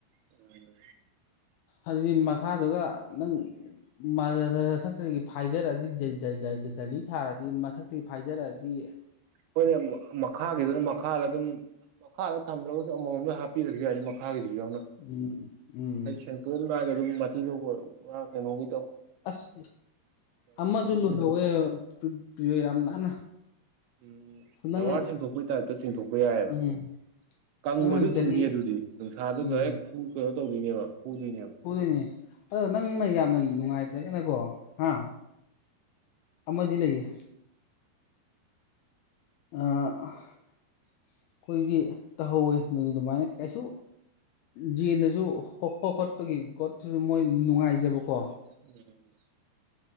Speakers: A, on the right; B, on the left.
A: ꯎꯝ
B: ꯑꯗꯨꯗꯤ ꯃꯈꯥꯗꯨꯒ ꯅꯪ ꯃꯊꯛꯇꯒꯤ ꯐꯥꯏꯗꯔꯗꯤ ꯖꯂꯤ ꯊꯥꯔꯗꯤ ꯃꯊꯛꯇꯒꯤ ꯐꯥꯏꯗꯔꯑꯗꯤ
A: ꯈꯣꯏꯅꯦ ꯃꯈꯥꯒꯤꯗꯨꯅ ꯃꯈꯥꯗ ꯗꯨꯝ ꯃꯈꯥꯗ ꯊꯝꯗ꯭ꯔꯒꯁꯨ ꯑꯃꯃꯝꯗ ꯍꯥꯞꯄꯤꯔꯁꯨ ꯌꯥꯏꯅꯦ ꯃꯈꯥꯒꯤꯗꯤ ꯌꯥꯎꯅ
B: ꯎꯝ ꯎꯝ
A: ꯑꯩ ꯁꯦꯡꯇꯣꯛꯑꯝꯗꯥꯏꯗ ꯑꯗꯨꯝ ꯃꯊꯤꯗꯤꯕꯨ ꯄꯨꯔꯥ ꯀꯩꯅꯣꯒꯤ
B: ꯑꯁ ꯑꯃꯁꯨ ꯂꯣꯏꯍꯧꯋꯦ
A: ꯆꯤꯡꯊꯣꯛ
B: ꯄ꯭ꯌꯨ ꯌꯥꯝ ꯅꯥꯟꯅ
A: ꯎꯝ
B: ꯅꯪꯅ
A: ꯗꯋꯥꯔ ꯆꯤꯡꯊꯣꯛꯄꯩ ꯇꯥꯏꯞꯇ ꯆꯤꯡꯊꯣꯛꯄ ꯌꯥꯏꯌꯦꯕ
B: ꯎꯝ
A: ꯀꯪꯕꯁꯨ
B: ꯅꯪꯅ ꯖꯂꯤ
A: ꯊꯨꯅꯤ ꯑꯗꯨꯗꯤ ꯅꯨꯡꯁꯥꯗꯗꯥ
B: ꯎꯝ
A: ꯍꯦꯛ ꯐꯨ ꯀꯩꯅꯣ ꯇꯧꯗꯣꯏꯅꯦꯕ ꯐꯨꯗꯣꯏꯅꯦꯕ
B: ꯄꯨꯗꯣꯏꯅꯦ ꯑꯗꯣ ꯅꯪꯅ
A: ꯎꯝ
B: ꯌꯥꯝꯅ ꯅꯨꯡꯉꯥꯏꯇ꯭ꯔꯒꯅꯀꯣ ꯍꯥꯥ ꯑꯃꯗꯤ ꯂꯩꯌꯦ ꯑꯥ ꯑꯩꯈꯣꯏꯒꯤ ꯇꯥꯍꯧꯋꯦ ꯎꯝ ꯑꯗꯨꯃꯥꯏꯅ ꯀꯩꯁꯨ ꯖꯦꯟꯗꯁꯨ ꯍꯣ ꯍꯣ ꯍꯣꯠꯄꯒꯤ ꯒꯣꯠꯇꯁꯨ ꯃꯣꯏ ꯅꯨꯡꯉꯥꯏꯖꯕꯀꯣ
A: ꯎꯝ